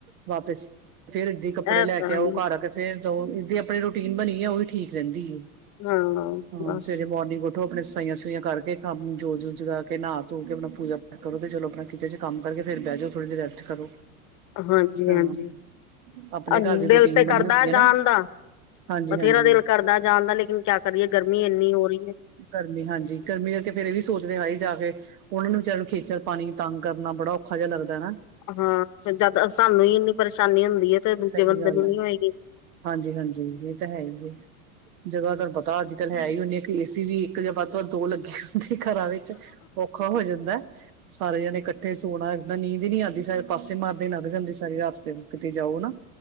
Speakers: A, on the right; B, on the left.
A: ਵਾਪਿਸ ਫਿਰ ਕੱਪੜੇ
B: ਇਹ
A: ਲੈ
B: ਤਾਂ
A: ਕੇ
B: ਹੈ
A: ਆਓ
B: ਹੀ
A: ਘਰ ਆ ਕੇ ਫੇਰ ਧੋਵੋ ਇਹਦੀ ਆਪਣੀ ਰੂਟੀਨ ਬਣੀ ਆ ਉਹੀ ਠੀਕ ਰਹਿੰਦੀ ਹੈ।
B: ਹਾਂ
A: ਹਾਂ
B: ਬਸ
A: ਸਵੇਰੇ ਮੋਰਨਿੰਗ ਉੱਠੋ ਆਪਣੇ ਸਫਾਈਆਂ ਕਰਕੇ ਕੰਮ ਜੋਤ- ਜੁਤ ਜਗਾ ਕੇ, ਨਹਾ ਧੋ ਕੇ ਆਪਣਾ ਪੂਜਾ ਪਾਠ ਕਰੋ ਤੇ ਚਲੋ ਆਪਣਾ ਕਿਚਨ ਚ ਕੰਮ ਕਰਕੇ ਫੇਰ ਬਹਿ ਜਾਓ। ਥੋੜ੍ਹੀ ਦੇਰ ਰੈਸਟ ਕਰੋ।
B: ਹਾਂਜੀ
A: ਹਾਂ
B: -ਹਾਂਜੀ
A: ਆਪਣੇ
B: ਅ
A: ਘਰ ਦੀ
B: ਦਿਲ
A: ਰੂਟੀਨ
B: ਤੇ ਕਰਦਾ
A: ਬਣੀ ਹੁੰਦੀ ਹੈ
B: ਜਾਣ
A: ਨਾ
B: ਦਾ।
A: ਹਾਂਜੀ
B: ਬਥੇਰਾ
A: ਹਾਂਜੀ
B: ਦਿਲ ਕਰਦਾ ਜਾਣਦਾ ਲੇਕਿਨ ਕਿਆ ਕਰੀਏ ਗਰਮੀ ਇੰਨੀ ਹੋ ਰਹੀ ਹੈ।
A: ਗਰਮੀ ਹਾਂਜੀ ਗਰਮੀ ਹੈ ਤੇ ਫਿਰ ਇਹ ਵੀ ਸੋਚਦੇ ਹੈ ਵੀ ਜਾ ਵੇ। ਉਹਨਾਂ ਨੂੰ ਵਿਚਾਰਿਆਂ ਨੂੰ ਖੇਚਲ ਪਾਣੀ ਤੰਗ ਕਰਨਾ ਬੜਾ ਔਖਾ ਜਿਹਾ ਲੱਗਦਾ ਹਨਾ।
B: ਹਾਂ। ਫੇਰ ਜਦ ਸਾਨੂੰ ਇੰਨੀ ਪਰੇਸ਼ਾਨੀ ਹੁੰਦੀ ਹੈ। ਤੇ ਦੂਜੇ
A: ਸਹੀ
B: ਬੰਦੇ
A: ਗੱਲ
B: ਨੂੰ
A: ਹੈ
B: ਨੀ ਹੋਏਗੀ।
A: ਹਾਂਜੀ -ਹਾਂਜੀ ਇਹ ਤਾਂ ਹੈ ਈ ਏ। ਜਗ੍ਹਾ ਦਾ ਪਤਾ ਅੱਜ ਕੱਲ੍ਹ ਹੈ ਈ ਉਣੀ ਇੱਕ ਕੀ ਏਸੀ ਵੀ ਇੱਕ ਜਾਂ ਵੱਧ ਤੋਂ ਦੋ ਲੱਗੇ। ਘਰਾਂ ਵਿੱਚ ਔਖਾ ਹੋ ਜਾਂਦਾ। ਸਾਰੇ ਜਾਣੇ ਇਕੱਠੇ ਸੋਣਾ ਨਾ ਨੀਂਦ ਨੀ ਆਉਂਦੀ ਸ ਪਾਸੇ ਮਾਰਦੇ ਲੱਘ ਜਾਂਦੀ ਸਾਰੀ ਰਾਤ। ਫਿਰ ਵੀ ਕਿਤੇ ਜਾਓ ਨਾ